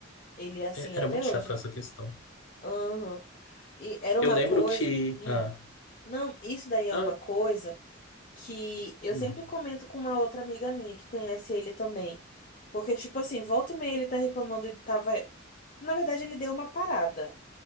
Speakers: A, on the left; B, on the left.
A: Ele é assim
B: É,
A: até
B: Era muito chato
A: hoje.
B: essa questão.
A: Aham. E era uma
B: Eu lembro
A: coisa.
B: que.
A: hum.
B: Ah,
A: Não, isso daí é
B: não,
A: uma coisa que eu
B: hum,
A: sempre comento com uma outra amiga minha que conhece ele também. Porque, tipo assim, volta e meia ele tá reclamando de tava. Na verdade, ele deu uma parada.